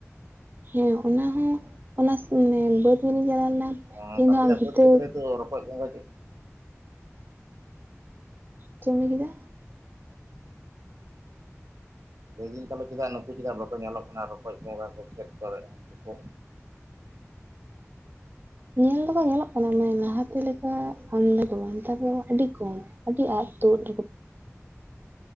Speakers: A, on the right (about 40°); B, on the right (about 80°).
A: ᱦᱮᱸ ᱚᱱᱟ ᱦᱚᱸ ᱚᱱᱟ ᱢᱟᱱᱮ ᱵᱟᱹᱫᱽ ᱧᱮᱞᱤᱧ ᱪᱟᱞᱟᱣ ᱞᱮᱱᱟ
B: ᱚ
A: ᱛᱮᱦᱮᱧ
B: ᱟᱞᱮ
A: ᱫᱚ
B: ᱥᱮᱱᱟᱜ
A: ᱦᱟᱸᱜ ᱵᱷᱤᱛᱟᱹ
B: ᱵᱟᱹᱫᱽ ᱠᱷᱮᱛ ᱨᱮ ᱫᱚ ᱨᱚᱠᱚᱡ ᱜᱷᱚᱸᱜᱟ
A: ᱪᱮᱫ ᱮᱢ ᱞᱟᱹᱭ ᱠᱮᱫᱟ?
B: ᱞᱟᱹᱫᱟᱹᱧ ᱛᱟᱦᱞᱮ ᱪᱮᱫᱟᱜ ᱱᱩᱠᱩ ᱪᱮᱫᱟᱜ ᱵᱟᱠᱚ ᱧᱮᱞᱚᱜ ᱠᱟᱱᱟ ᱨᱚᱠᱚᱡ ᱜᱷᱚᱸᱜᱟ ᱠᱚ ᱠᱷᱮᱛ ᱠᱚᱨᱮᱜ ᱩᱱᱠᱩ
A: ᱧᱮᱞ ᱫᱚᱠᱚ ᱧᱮᱞᱚᱜ ᱠᱟᱱᱟ ᱢᱟᱱᱮ ᱞᱟᱦᱟᱛᱮ ᱞᱮᱠᱟ ᱟᱢᱫᱟ ᱫᱚ ᱵᱟᱝ ᱱᱮᱛᱟᱨ ᱫᱚ ᱟᱹᱰᱤ ᱠᱚᱢ᱾ ᱟᱨᱠᱤ ᱟᱫ ᱛᱩᱫ <inaudible>